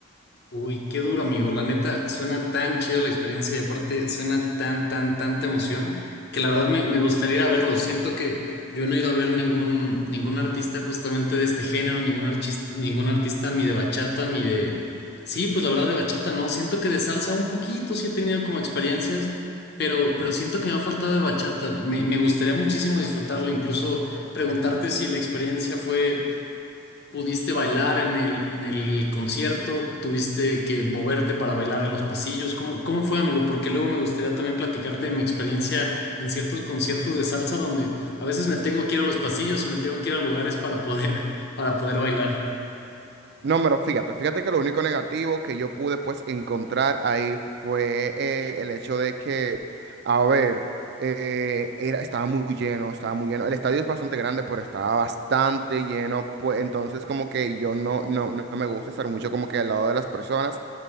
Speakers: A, on the left; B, on the right.
A: Uy, qué duro, amigo. La neta, suena tan chido la experiencia y aparte suena tan, tan, tanta emoción que la verdad me, me gustaría ir a verlo. Siento que yo no he ido a ver ningún, ningún artista justamente de este género, ningún artista, ningún artista ni de bachata, ni de... Sí, pues la verdad de bachata no. Siento que de salsa un poquito sí he tenido como experiencias, pero, pero siento que me ha faltado de bachata. Me, me gustaría muchísimo disfrutarlo, incluso preguntarte si la experiencia fue ¿Pudiste bailar en el, en el concierto? ¿Tuviste que moverte para bailar en los pasillos? ¿Cómo, cómo fue, amigo? Porque luego me gustaría también platicarte de mi experiencia en ciertos conciertos de salsa donde a veces me tengo que ir a los pasillos, me tengo que ir a lugares para poder, para poder bailar.
B: No, pero fíjate, fíjate que lo único negativo que yo pude pues encontrar ahí fue eh, el hecho de que, a ver, eh, era, estaba muy lleno, estaba muy lleno. El estadio es bastante grande, pero estaba bastante lleno, pues entonces como que yo no, no, no me gusta estar mucho como que al lado de las personas.